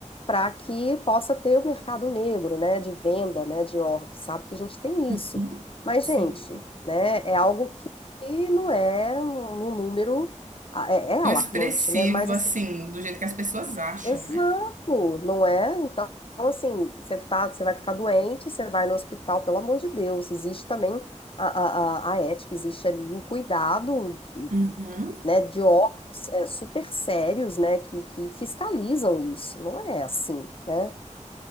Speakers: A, on the left; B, on the right.
A: para que possa ter o mercado negro, né? De venda, né? De órgãos, sabe que a gente tem
B: uhum.
A: isso. Mas,
B: Sim.
A: gente, né? É algo que não é um um número. ah, É, é
B: Tão
A: alarmante,
B: expressivo
A: né? Mas assim,
B: assim, do jeito que as pessoas acham,
A: Exato,
B: né?
A: não é? Então, assim, você tá, você vai ficar doente, você vai no hospital, pelo amor de Deus. Existe também a, a, a a ética, existe ali o cuidado, de,
B: Uhum.
A: né, de órgãos é, super sérios, né, que, que fiscalizam isso. Não é assim, né?